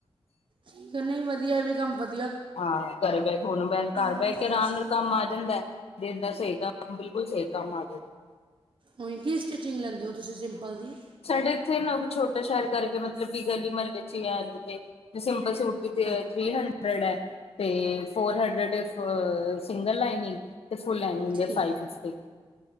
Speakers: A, on the right; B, on the left.
A: ਠੀਕ ਏ, ਨਹੀਂ ਵਧੀਆ ਇਹ ਵੀ ਕੰਮ ਵਧ
B: ਹਾਂ ਘਰ ਬਹਿ ਕੇ ਹੁਣ ਮੈਂ ਘਰ
A: ਨਾਲ
B: ਬਹਿ ਕੇ
A: ਕਰ
B: ਆਰਾਮ
A: ਸਕਦਾ
B: ਨਾਲ ਕੰਮ
A: ਹੈ
B: ਆ ਜਾਂਦਾ। ਫੇਰ ਬਸ ਸਹੀ ਗੱਲ ਬਿਲਕੁਲ ਸਹੀ ਕੰਮ ਆ ਜਾਂਦਾ।
A: ਓਇ ਕੀ ਸਟਿਚਿੰਗ ਲੈਂਦੇ ਹੋ? ਤੁਸੀਂ ਸਿੰਪਲ ਦੀ
B: ਸਾਡੇ ਇੱਥੇ ਨਾ ਛੋਟੇ। ਛੋਟੇ ਸ਼ੈਰ ਕਰਕੇ ਮਤਲਬ ਕਿ ਗਲੀ ਮਹੱਲੇ ਚ ਹੀ ਅਲੇ ਤੇ। ਦੇਚ ਸੁਟ ਦੀ ਕੀ
A: ਹਾਂ
B: ਹੈ? Three hundred. ਹੰਡਰਡ ਏ ਤੇ ਫੋਰ ਹੰਡਰਡ ਸਿੰਗਲ ਲਾਈਨਿੰਗ। ਤੇ ਫੁੱਲ ਲਾਈਨਗ
A: ਠੀਕ
B: ਦੇ ਫਾਈਫ ਫਿਫਟੀ।